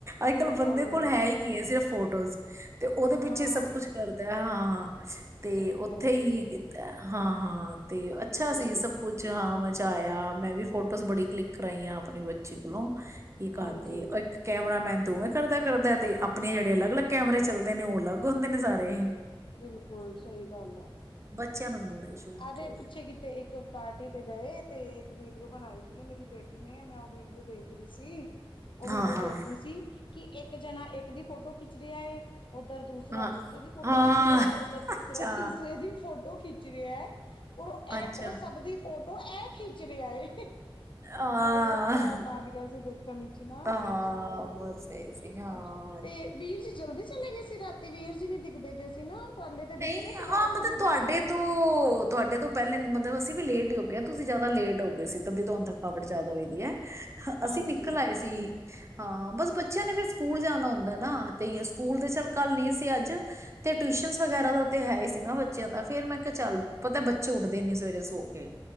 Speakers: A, on the right; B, on the left.
A: ਅੱਜ
B: ਸਹੀ
A: ਕੱਲ੍ਹ ਬੰਦੇ
B: ਗੱਲ
A: ਕੋਲ ਹੈ ਹੀ ਕੀ ਹੈ ਸਿਰਫ ਫੋਟੋਜ਼ ਤੇ ਉਹਦੇ
B: ਹਾਂ
A: ਪਿੱਛੇ ਸਭ ਕੁਛ ਕਰਦਾ ਹੈ ਹਾਂ ਹਾਂ ਤੇ
B: ਸਹੀ ਕਹਿ
A: ਉੱਥੇ
B: ਰਹੇ ਹੋ
A: ਹੀ
B: ਤੁਸੀਂ
A: ਕੀਤਾ ਹਾਂ ਹਾਂ ਤੇ
B: ਸਹੀ
A: ਅੱਛਾ
B: ਕਹਿ
A: ਸੀ
B: ਰਹੇ ਹੋ
A: ਸਭ ਕੁੱਛ ਹਾਂ ਮ ਆਇਆ ਮੈਂ ਵੀ ਫੋਟੋਜ਼ ਬੜੀ ਕਲਿੱਕ ਕਰਾਈਆਂ ਆਪਣੀ ਬੱਚੀ ਕੋਲੋਂ ਕੀ ਕਰਦੇ
B: ਹਾਂਜੀ
A: ਉਹ ਇੱਕ ਕੈਮਰਾਮੈਨ ਦੋਵੇਂ ਕਰਦਾ ਕਰਦਾ ਆ ਤੇ ਆਪਣੇ ਜਿਹੜੇ ਅਲੱਗ ਅਲੱਗ ਕੈਮਰੇ ਚੱਲਦੇ ਨੇ ਉਹ ਅਲੱਗ ਹੁੰਦੇ ਨੇ ਸਾਰੇ
B: ਬਿਲਕੁਲ ਸਹੀ ਗੱਲ ਆ
A: ਬਚਿਆ ਨੂੰ ਵੀ ਬੜਾ ਸ਼ੌਕ
B: ਅਰੇ
A: ਹੈ।
B: ਪਿੱਛੇ ਕਿਤੇ ਇੱਕ ਪਾਰਟੀ ਤੇ ਗਏ ਤੇ ਇੱਕ ਵੀਡੀਓ ਬਣਾਈ ਦੀ ਹੈ ਮੇਰੀ ਬੇਟੀ ਨੇ ਮੈਂ ਉਹ ਵੀਡੀਓ ਦੇਖ ਰਹੀ ਸੀ। ਉਹ ਵੀਡੀਓ
A: ਹਾਂ
B: ਦੇਖ
A: ਹਾਂ
B: ਰਹੀ ਸੀ ਕਿ ਇੱਕ ਜਾਣਾ ਇੱਕ ਦੀ ਫੋਟੋ ਖਿੱਚ ਰਿਹਾ ਹੈ। ਓਧਰ ਦੂਸਰਾ
A: ਹਾਂ
B: ਦੂਸਰੇ ਦੀ ਫੋਟੋ
A: ਹਾਂ
B: ਖਿੱਚ ਰਿਹਾ ਹੈ ਓਧਰ ਤੀਸਰਾ
A: ਅੱਛਾ
B: ਤੀਸਰੇ ਦੀ ਫੋਟੋ ਖਿੱਚ ਰਿਹਾ ਇਹ
A: ਅੱਛਾ
B: ਉਹ ਸਭ ਦੀ ਫੋਟੋ ਐ ਖਿੱਚ ਰਿਹਾ ਏ।
A: ਹਾਂ
B: ਬਹੁਤ ਅੱਛਾ ਲੱਗ ਰਿਹਾ ਸੀ ਦੇਖਣ ਵਿੱਚ ਨਾ
A: ਹਾਂ
B: ਬਹੁਤ ਸੋਹਣਾ ਲੱਗ
A: ਬਸ
B: ਰਿਹਾ ਸੀ
A: ਇਹੀ ਹਾਂ
B: ਔਰ ਤੇ ਵੀਰ ਜੀ ਜਲਦੀ ਚਲੇ ਗਏ ਸੀ। ਰਾਤੀ ਵੀਰ ਜੀ ਨੀ ਦਿਖਦੇ ਪਏ ਸੀ ਨਾ ਪਹਿਲੇ ਤੇ
A: ਨਹੀਂ
B: ਦਿਖ ਰਹੇ ਸੀ ਬਾਅਦ
A: ਹਾਂ ਮਤਲਬ
B: ਚੋਂ ਨੀ
A: ਤੁਹਾਡੇ
B: ਦਿਖੇ
A: ਤੋਂ ਤੁਹਾਡੇ ਤੋਂ ਪਹਿਲੇ ਮਤਲਬ ਅਸੀਂ ਵੀ ਲੇਟ ਹੀ ਹੋ ਗ ਹਾਂ ਤੁਸੀਂ ਜਿਆਦਾ ਲੇਟ ਹੋ ਗਏ ਸੀ ਤਾਂਦੀ ਤੁਹਾਨੂੰ ਥਕਾਵਟ ਜ ਜ਼ਿਆਦਾ ਹੋਈ ਦੀ ਹੈ।
B: ਹਾਂਜੀ
A: ਅਸੀਂ ਨਿਕਲ ਆਏ ਸੀ ਹਾਂ ਬਸ ਬੱਚੇ ਆਂ ਨੇ ਫਿਰ ਸਕੂਲ ਜਾਣਾ ਹੁੰਦਾ ਨਾ ਤੇ ਸਕੂਲ ਦੇ ਚੱਲ ਕੱਲ ਨੀ ਸੀ ਅੱਜ ਤੇ ਟਿਊਸ਼ਨ ਵਗੈਰਾ ਦਾ ਤੇ ਹੈ ਹੀ ਸੀ ਨਾ ਬੱਚਿਆਂ ਦਾ ਫੇਰ ਮੈਂ ਕਿਹਾ ਚੱਲ ਪਤਾ ਬੱਚੇ ਉੱਠਦੇ ਨੀ ਸਵੇਰੇ ਸੋ ਕੇ।